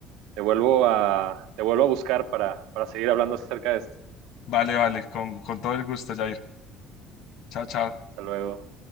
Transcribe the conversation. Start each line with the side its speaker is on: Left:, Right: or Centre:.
Right: te, vuelvo, a, te vuelvo a buscar para, para seguir hablando acerca de esto.
Left: vale, vale, con, con todo el gusto, Jair. Chao, chao.
Right: Hasta luego.